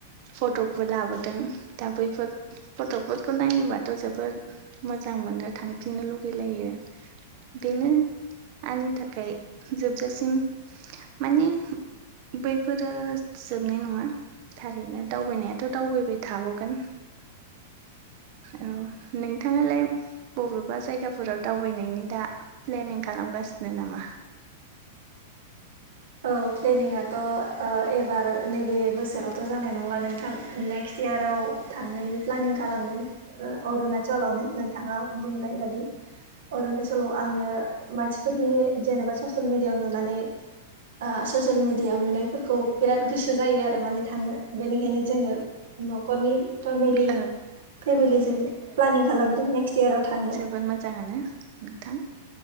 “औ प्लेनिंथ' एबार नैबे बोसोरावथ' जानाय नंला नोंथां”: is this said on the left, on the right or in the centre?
Right